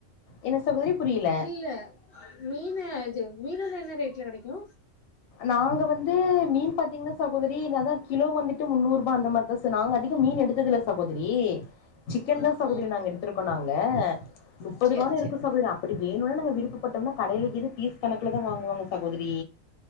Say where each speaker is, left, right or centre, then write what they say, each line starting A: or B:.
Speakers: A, on the left; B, on the left.
A: என்ன சகோதரி புரிய்ல
B: இல்ல மீனு இது மீனெல்லா என்ன ரேட்ல கெடைக்கு
A: நாங்க வந்து மீன் பாத்தீங்னா சகோதரி நா அதா கிலோ வந்துட்டு முன்னூறுபா அந்த மாரிதா சா தத்து நாங்க அதிக மீனு எடுத்ததில்ல சகோதரி சிக்கன்
B: ஆ
A: தா சகோதரி
B: ஆ
A: நாங்க எடுத்திருக்கோ நாங்க முப்பது
B: சேரி
A: ரூவானு இருக்கு
B: சேரி
A: சகோதரி அப் அப்டி வேணுனா நாங்க விருப்பப்பட்டம்னா கடைல இது பீஸ் கணக்குல தா வாங்குவாங்க சகோதரி